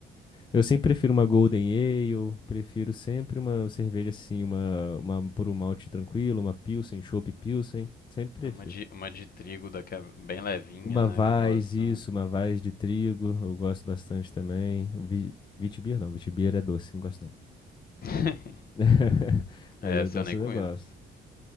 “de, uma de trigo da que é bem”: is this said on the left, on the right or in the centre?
Left